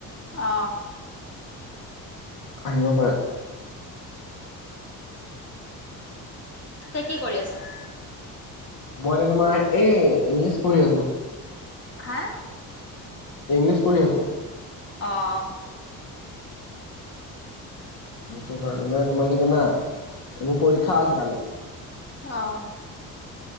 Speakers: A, on the left (about 45°); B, on the left (about 70°).
A: অ!
B: আহিব পাৰে।
A: ত! কি কৰি আছা?
B: মই এতিয়া তোমাৰ, এই ইংলিছ পঢ়ি আছো।
A: হা?
B: ইংলিছ পঢ়ি আছো।
A: অ!
B: সেইটো কাৰণে মানে তোমাৰ কি জানা, এইবোৰ পৰীক্ষা আছে কালি।
A: অ!